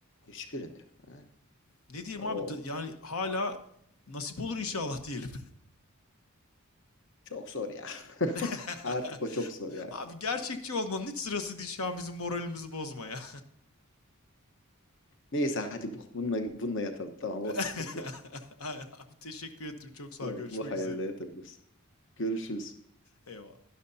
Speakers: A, on the left; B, on the left.
A: Hiçbirinde yok yani.
B: Ne diyeyim
A: Ya O
B: abi yani hala nasip olur inşallah diyelim.
A: Çok zor ya. <laughs>
B: <laughs>
A: Artık o çok zor yani.
B: Abi gerçekçi olmanın hiç sırası değil şu an bizim moralimizi bozma ya.
A: Neyse hadi bu, bununla, bununla yatalım. Tamam
B: <laughs>
A: o sıkıntı yok.
B: Aynen Abi teşekkür ettim. Çok sağ
A: Evet
B: ol. Görüşmek
A: bu hayalle
B: üzere.
A: yatabiliriz. Görüşürüz.
B: Eyvallah.